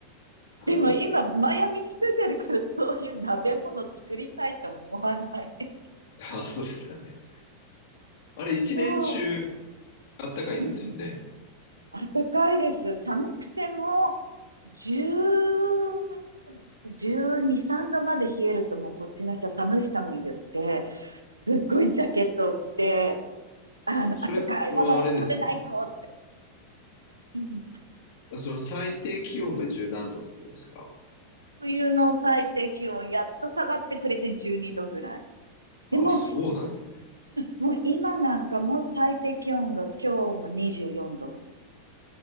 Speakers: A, on the left; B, on the right.
A: 食べ物です。
B: でも今、マイアミに住んでるから、そういう鍋物作りたいと思わない。
A: <laughs> ああ、そうでしたね。あれ、一年中
B: そう。
A: あったかいんですよね。
B: うんうん。暖かいです。寒くても、10、12、3度まで冷えるともうこっちの人は寒い寒い言って、すっごいジャケットを着て、あの、
A: そ、それはあれですか
B: 暖かいものを食べないとって。うん
A: その最低気温が十何度ってことですか
B: 冬の最低気温、やっと下がってくれて12度ぐらい。でも、
A: あ、そうなんですね。
B: もう今なんかもう最低気温が今日も24度。